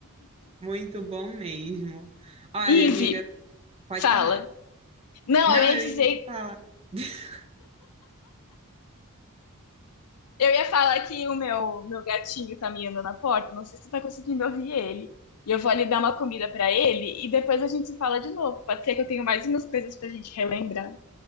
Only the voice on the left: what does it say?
Ive,
fala.
Não,
eu ia
dizer
Eu ia falar que o meu, meu gatinho tá miando na porta, não sei se você tá conseguindo ouvir ele. E eu vou ali dar uma comida pra ele e depois a gente se fala de novo. Pode ser que eu tenha mais umas coisas pra gente relembrar.